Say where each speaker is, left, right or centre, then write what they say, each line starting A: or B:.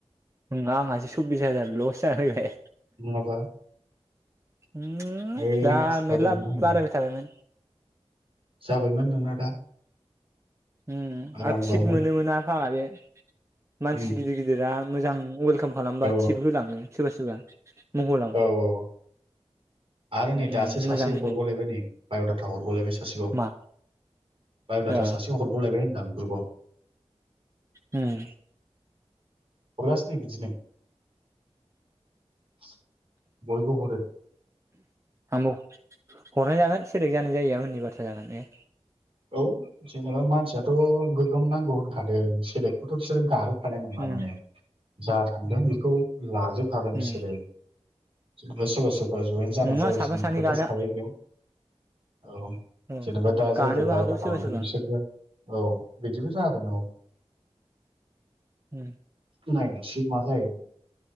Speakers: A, on the right; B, on the right.
A: उम आंहासो सब्बिस हाजार लस जाफैबाय।
B: नङाबा
A: उम
B: ओरैनो
A: दा
B: खुगा
A: मेरला
B: दौना होयो
A: बारायबाय थाबायमोन।
B: जाबायमोन नोंना दा
A: उम
B: आरामबावनो
A: आरो थिप मोनोममोन ना फारा बे <inaudible> मानसि
B: उम
A: गिदिर गिदिरा मोजां वेलकाम खालामबा
B: औ
A: थिप होलाङो। सोरबा सोरबा। महलाव
B: औ औ आरो नै
A: उम
B: दासो सासे
A: मोजांल'
B: हरबावलायबाय नै बाय'डाटा हरबावलायबाय सासेबाव।
A: खोमा
B: बाय'डाटा
A: ओ
B: सासे हरबावलायबाय होनदां आ ग्रुपआव।
A: उम।
B: हरगासिनो बिदिनो <inaudible> बयबो हरो।
A: आंबो हरनाय जागोन सेलेक्ट जानाय जायिया उननि बाथ्रा जागोन ने?
B: औ जेनेबा मानसियाथ' गोगोम नांगौ होनखादादों सेलेकखौथ' बिसोरो गा होनाय नङा
A: उम
B: माने जाथ थांदों बेखौ लाजोब खागोन बिसोरो।
A: उम
B: सोरबा सोरबा जयेन जानाय
A: नङा
B: जायिनि
A: साफा सानै
B: खोथासो
A: गानो
B: थाबाय बेयाव औ
A: औ
B: जेनेबा दा
A: गानोबो
B: जाय सोर बाय'दाटा
A: हागौ सोरबा
B: हरदों
A: सोरबा
B: बिसोरबो औ बिदिबो जागोन औ।
A: उम
B: नायनोसै मा जायो